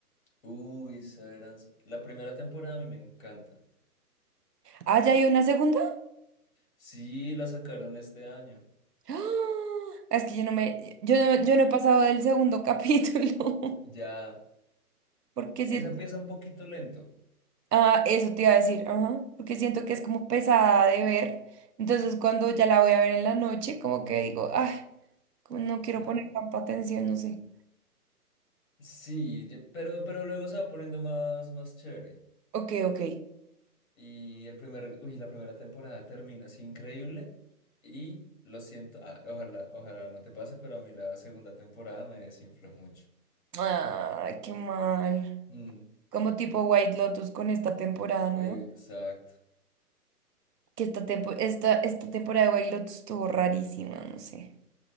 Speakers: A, on the left; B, on the right.
A: Uy, Severance. La primera temporada a mí me encanta.
B: Ah, ¿ya hay una segunda?
A: Sí, la sacaron este año.
B: <gasps> ¡Ah! Es que yo no me, yo no, yo no he pasado del segundo capítulo. <laughs>
A: Ya,
B: Porque
A: esa
B: siento,
A: empieza un poquito lento.
B: ah, eso te iba a decir, ajá, porque siento que es como pesada de ver. Entonces, cuando ya la voy a ver en la noche, como que digo, ah, como no quiero
A: Hmm.
B: poner tanta atención, no sé.
A: Sí, yo- pero, pero luego se va poniendo más, más chévere.
B: Ok, ok.
A: Y el primer, uy, la primera temporada termina así increíble. Y lo siento, ah, ojalá, ojalá no te pase, pero a mí la segunda temporada me desinfló mucho.
B: Ay, qué mal.
A: Mm,
B: como tipo White Lotus con esta temporada nueva.
A: exacto.
B: Que esta, tempo- esta, esta temporada de White Lotus estuvo rarísima, no sé.